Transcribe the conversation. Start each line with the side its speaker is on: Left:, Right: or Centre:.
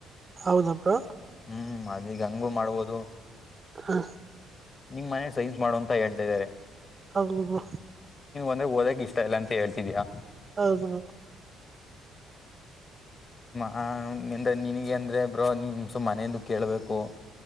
Right: ಹೌದ ಬ್ರೋ
Left: ಹ್ಮ್ ಅದೀಗ ಹಂಗೂ ಮಾಡ್ಬೋದು
Right: ಹಾ
Left: ನಿಮ್ ಮನೆ ಸೈನ್ಸ್ ಮಾಡುವ ಅಂತ ಹೇಳ್ತಾಿದ್ದಾರೆ
Right: ಹೌದು ಬ್ರೋ
Left: ಅಂದ್ರ ಓದಕ್ ಇಷ್ಟ ಇಲ್ಲ ಅಂತ ಹೇಳ್ತಿದ್ಯಾಾ
Right: ಹೌದು
Left: ಹ ಎಂದ್ರೆ ನಿನಗೆ ಅಂದ್ರೆ ಬ್ರೋ ನಿಮಸು ಮನೆಯಂದು ಕೇಳ್ಬೇಕು